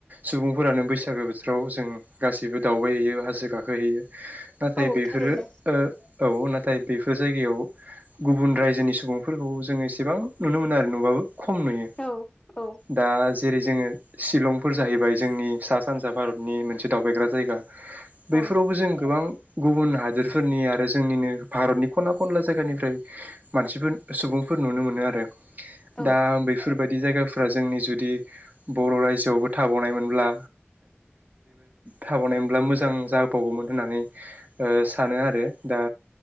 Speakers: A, on the right; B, on the left.
A: सुबुंफोरानो बैसागो बोथोराव जों गासिबो दावबाय हैैयो हाजो गाखोहैयो नाथाय
B: औ
A: बेफोरो
B: थारैनो
A: ओ औ नाथाय बेफोर जायगायाव गुबुन रायजोनि सुबुंफोरखौ जोङो एसेबां नुनो मोना आरो नुबाबो खम नुयो।
B: औ औ
A: दा जेरै जोङो शिलंफोर जाहैबाय जोंनि सा सानजा भारतनि मोनसे दावबायग्रा जायगा। बैफोरावबो
B: औ
A: जों गोबां गुबुन हादोरफोरनि आरो जोंनिनो भारतनि खना खनला जायगानिफ्राय मानसिफोर सुबुं फोर नुनो मोनो आरो
B: औ
A: दा बेफोर बायद दि जायगाफ्रा जोंनि जुदि बर' रायजोआवबो थाबावनायमोनब्ला थाबावनाय मोनब्ला मोजां जाबावगौमोन होननानै ओ सानो आरो। दा